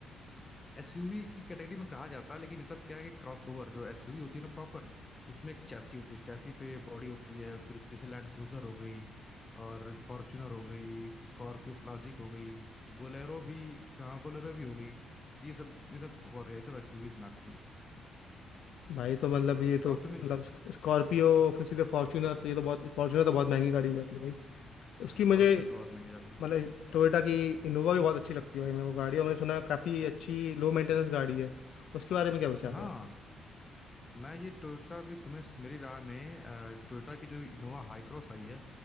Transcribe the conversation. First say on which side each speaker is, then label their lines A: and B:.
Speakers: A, on the left; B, on the left.
A: एसयूवी की कैटेगरी में कहा जाता है लेकिन ये सब क्या है कि क्रॉसओवर जो एसयूवी होती है ना प्रॉपर उसमें एक चैसी होती है चैसी पे बॉडी होती है फिर उसके से लैंड क्रूजर हो गई और फॉर्च्यूनर हो गई स्कॉर्पियो क्लासिक हो गई बोलेरो भी कहाँ बोलेरो भी हो गई ये सब ये सब और ये सब एसयूवीज में आती है
B: भाई तो मतलब ये तो
A: और
B: मतलब
A: तुम्हें <laughs>
B: स्कॉर्पियो फिर सीधे फॉर्च्यूनर तो ये तो बहुत फॉर्च्यूनर तो बहुत महंगी गाड़ी हो जाती है भाई उसकी मुझे
A: फॉर्च्यूनर तो बहुत महंगी हो जाती है
B: मतलब टोयोटा की इनोवा भी बहुत अच्छी लगती है भाई मेरे को गाड़ी और मैंने सुना है काफी अच्छी लो मेंटेनेंस गाड़ी है उसके बारे में क्या विचार
A: हाँ
B: है आपका
A: मैं ये टोयोटा की तुम्हें मेरी राय में अ, टोयोटा की जो इनोवा हाई क्रॉस आई है